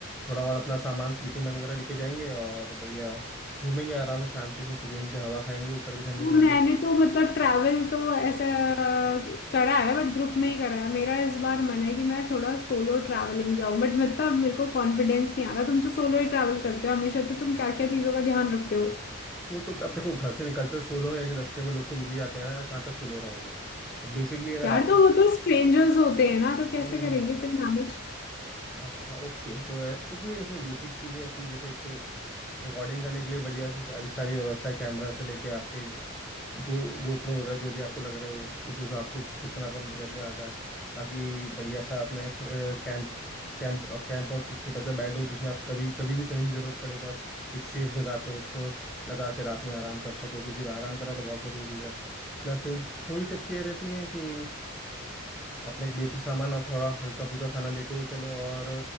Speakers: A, in the centre; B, on the left.
A: थोड़ा बहुत अपना सामान स्लीपिंग बैग वगैरह लेके जाएंगे और बढ़िया घूमेंगे आराम से शांति से सुकून पे हवा खाएंगे ऊपर की ठंडी
B: मैंने
A: ठंडी
B: तो मतलब ट्रैवल तो ऐसा कि- करा है बट ग्रुप में ही करा है मेरा इस बार मन है कि मैं थोड़ा सोलो ट्रैवलिंग जाऊं बट मतलब मेरे को कॉन्फिडेंस नहीं आ रहा तुम तो सोलो ही ट्रैवल करते हो हमेशा तो तुम क्या क्या चीजों का ध्यान रखते हो
A: वो तो अब देखो घर से निकलते हैं सोलो हैं लेकिन रास्ते में लोग तो मिल ही जाते हैं ना यार, कहाँ तक सोलो रहोगे और बेसिकली अगर
B: यार
A: आपको
B: तो वो तो स्ट्रेंजर्स होते हैं ना तो कैसे
A: हम्म
B: करेंगे
A: हम्म,
B: फिर मैनेज
A: अच्छा हाँ, ओके तो अ, कुछ नहीं उसमें बेसिक चीज़ें अपनी जैसे एक तो रिकॉर्डिंग करने के लिए बढ़िया से सारी सारी व्यवस्था है कैमरा से लेके आपके गो गोप्रो वगैरह जो भी आपको लग रहे हो उस उस हिसाब से जितना अपन बजट में आ जाए बाकी बढ़िया सा अपना एक कैंप कैंप कैंप और एक छोटा सा बेड हो जिसमें आप कभी कभी भी कहीं भी ज़रूरत पड़े तो आप एक सेफ जगह पे उसको लगा के रात में आराम कर सको क्योंकि आराम करना तो बहुत ज़रूरी है प्लस थोड़ी टिप्स ये रहती हैं कि अपना एक बेसिक सामान और थोड़ा हल्का फुल्का खाना लेते हुए चलो और